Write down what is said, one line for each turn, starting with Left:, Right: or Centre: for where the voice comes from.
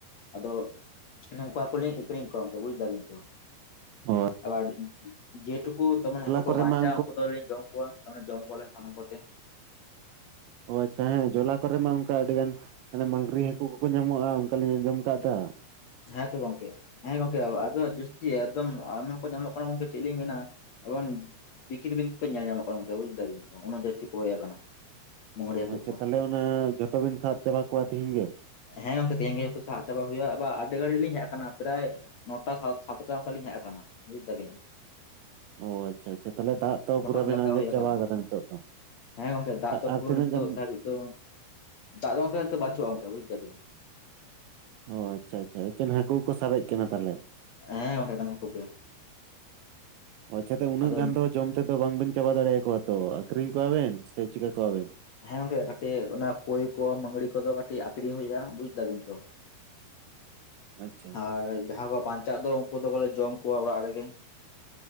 Left: ᱟᱫᱚ ᱱᱚᱝᱠᱩ ᱠᱚᱞᱤᱧ ᱠᱤᱨᱤᱧ ᱠᱚᱣᱟ ᱜᱚᱢᱠᱮ ᱵᱩᱡ ᱫᱟ ᱵᱤᱱ ᱛᱚ ᱾
Right: ᱦᱚᱭ᱾
Left: ᱟᱵᱟᱨ ᱡᱮᱴᱩᱠᱩ ᱫᱚᱢᱮ ᱦᱟᱹᱠᱩ ᱠᱚ
Right: ᱠᱚᱨᱮ
Left: ᱵᱟᱧᱪᱟᱜ
Right: ᱢᱟ
Left: ᱩᱱᱠᱩ ᱫᱚᱞᱤᱧ ᱫᱚᱦᱚ ᱠᱚᱣᱟ᱾ ᱚᱱᱮ ᱡᱚᱢ ᱠᱚᱣᱟᱞᱮ ᱥᱟᱱᱟᱢ ᱠᱚᱛᱮ᱾
Right: ᱦᱚᱭ ᱛᱟᱦᱮᱸ ᱡᱚᱞᱟ ᱠᱚᱨᱮ ᱢᱟ ᱚᱱᱠᱟ ᱟᱹᱰᱤ ᱜᱟᱱ ᱢᱟᱝᱽᱨᱤ ᱦᱟᱹᱠᱩ ᱠᱚ ᱠᱚ ᱧᱟᱢᱚᱜᱼᱟ ᱚᱱᱠᱟᱞᱤᱧ ᱟᱸᱡᱚᱢ ᱟᱠᱟᱫᱟ᱾
Left: ᱦᱮᱸ ᱛᱚ ᱜᱚᱢᱠᱮ᱾ ᱦᱮᱸ ᱜᱚᱝᱠᱮ ᱟᱫᱚ ᱡᱟᱥᱛᱤ ᱮᱠᱫᱚᱢ ᱟᱭᱢᱟᱠᱚ ᱧᱟᱢᱚᱜ ᱠᱟᱱᱟ ᱜᱚᱝᱠᱮ ᱪᱮᱫ ᱞᱤᱧ ᱢᱮᱱᱟ ᱮᱵᱚᱝ ᱛᱤᱠᱤᱞ ᱵᱤᱞ ᱠᱚ ᱧᱮᱞ ᱧᱟᱢᱚᱜ ᱠᱟᱱᱟ ᱜᱚᱝᱠᱮ ᱵᱩᱡ ᱫᱟᱵᱤᱱ ᱛᱚ ᱚᱱᱟ ᱡᱟᱹᱥᱛᱤ ᱠᱚᱭ ᱟᱠᱟᱱᱟ᱾ ᱢᱟᱹᱜᱽᱨᱤ ᱦᱟᱹᱠᱩ
Right: ᱟᱪᱷᱟ
Left: ᱠᱚ
Right: ᱛᱟᱦᱚᱞᱮ ᱚᱱᱟ ᱡᱚᱛᱚ ᱵᱤᱱ ᱥᱟᱵ ᱪᱟᱵᱟ ᱠᱚᱣᱟ ᱛᱮᱦᱮᱧ ᱜᱮ?
Left: ᱦᱮᱸ ᱜᱚᱝᱠᱮ ᱛᱮᱦᱮᱧ ᱜᱮ ᱡᱚᱛᱚ ᱥᱟᱵ ᱪᱟᱵᱟ ᱦᱩᱭᱩᱜᱼᱟ, ᱟᱵᱟᱨ ᱟᱹᱰᱤ ᱜᱷᱟᱹᱲᱤᱠ ᱞᱤᱧ ᱦᱮᱡ ᱟᱠᱟᱱᱟ ᱯᱨᱟᱭ ᱱᱚᱴᱟ ᱥᱟᱛᱴᱟ ᱚᱱᱠᱟ ᱞᱤᱧ ᱦᱮᱡ ᱟᱠᱟᱱᱟ ᱵᱩᱡ ᱮᱫᱟᱵᱤᱱ?
Right: ᱚᱸ ᱟᱪᱷᱟ ᱟᱪᱷᱟ ᱛᱟᱦᱚᱞᱮ ᱫᱟᱜ ᱛᱚ ᱯᱩᱨᱟᱹ
Left: ᱫᱚ
Right: ᱵᱤᱱ
Left: ᱞᱟᱜᱟᱣ
Right: ᱟᱸᱡᱮᱫ
Left: ᱦᱩᱭ
Right: ᱪᱟᱵᱟ
Left: ᱟᱠᱟᱱᱟ
Right: ᱟᱠᱟᱫᱟ ᱱᱤᱛᱚᱜ ᱫᱚ᱾
Left: ᱦᱮᱸ ᱜᱚᱝᱠᱮ ᱫᱟᱜ ᱫᱚ
Right: ᱟᱨ
Left: ᱯᱩᱨᱟᱹ
Right: ᱛᱤᱱᱟᱹᱜ
Left: ᱱᱤᱛᱚᱜ
Right: ᱜᱟᱱ
Left: ᱫᱷᱟᱨᱤ ᱛᱚ ᱫᱟᱜ ᱫᱚ ᱜᱚᱝᱠᱮ ᱱᱤᱛᱚᱜ ᱵᱟᱪᱩᱜᱼᱟ ᱚᱱᱠᱟ ᱵᱩᱡ ᱫᱟᱵᱤᱱ᱾
Right: ᱚᱸ ᱟᱪᱷᱟ ᱟᱪᱷᱟ ᱮᱠᱮᱱ ᱦᱟᱹᱠᱩ ᱜᱮᱠᱚ ᱥᱟᱨᱮᱡ ᱟᱠᱟᱱᱟ ᱛᱟᱦᱚᱞᱮ᱾
Left: ᱦᱮᱸ ᱜᱚᱝᱠᱮ ᱮᱠᱮᱱ ᱦᱟᱹᱠᱩ ᱜᱮ᱾
Right: ᱟᱪᱷᱟ ᱛᱚ ᱩᱱᱟᱹᱜ
Left: ᱟᱫᱚ
Right: ᱜᱟᱱ ᱫᱚ ᱡᱚᱢ ᱛᱮᱫᱚ ᱵᱟᱝ ᱵᱤᱱ ᱪᱟᱵᱟ ᱫᱟᱲᱮᱭᱟᱠᱚᱣᱟ ᱛᱚ, ᱟᱠᱷᱨᱤᱧ ᱠᱚᱣᱟ ᱵᱤᱱ ᱥᱮ ᱪᱤᱠᱟ ᱠᱚᱣᱟᱵᱤᱱ?
Left: ᱦᱮᱸ ᱜᱚᱝᱠᱮ ᱠᱟᱹᱴᱤᱡ ᱚᱱᱟ ᱠᱚᱭ ᱠᱚ ᱢᱟᱹᱜᱽᱨᱤ ᱠᱚᱫᱚ ᱠᱟᱹᱴᱤᱡ ᱟᱠᱷᱨᱤᱧ ᱦᱩᱭᱩᱜᱼᱟ ᱵᱩᱡ ᱫᱟᱵᱤᱱ ᱛᱚ᱾
Right: ᱟᱪᱪᱷᱟ
Left: ᱟᱨ ᱡᱟᱦᱟᱸ ᱠᱚ ᱵᱟᱧᱪᱟᱜ ᱫᱚ ᱩᱱᱠᱩ ᱫᱚ ᱠᱚᱞᱮ ᱡᱚᱢ ᱠᱚᱣᱟ ᱚᱲᱟᱜ ᱨᱮᱜᱮ᱾